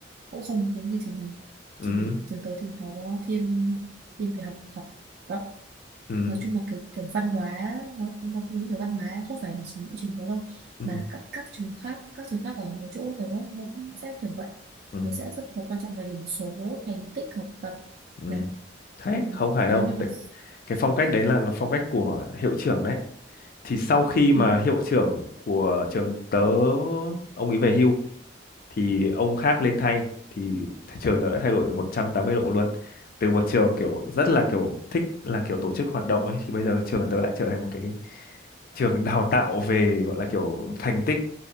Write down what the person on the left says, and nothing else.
ừ
ừ
ừ
ừ, ừ.
ừ.
thế
không phải đâu
Đấy, cái phong cách đấy là, là phong cách của hiệu trưởng đấy thì sau khi
mà hiệu trưởng của trường tớ ông ấy về hưu thì ông khác lên thay thì thị trường nó đã thay đổi 180 độ luôn từ một trường kiểu rất là kiểu thích là kiểu tổ chức hoạt động ấy thì bây giờ trường tớ lại trở thành một cái trường đào tạo về gọi là kiểu thành tích